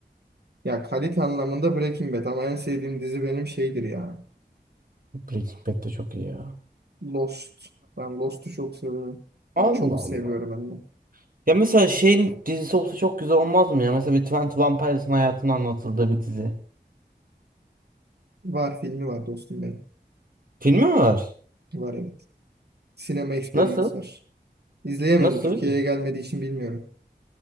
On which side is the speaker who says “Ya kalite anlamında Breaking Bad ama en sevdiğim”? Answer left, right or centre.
Right